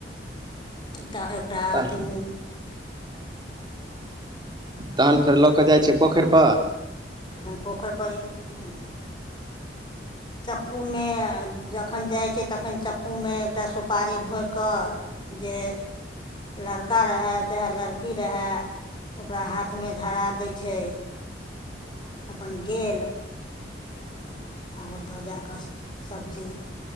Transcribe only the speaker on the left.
तऽ एकटा
अथी
तखन पोखरि पर ई चक्कू मे जखन जाइ छै, तखन चक्कू मे एकटा सुपारी भोइ कऽ जे, लड़का रहय चाहे, लड़की रहय ओकरा हाथ मे धरा दै छै
अपन गेल आ ओतऽ जा कऽ सभ चीज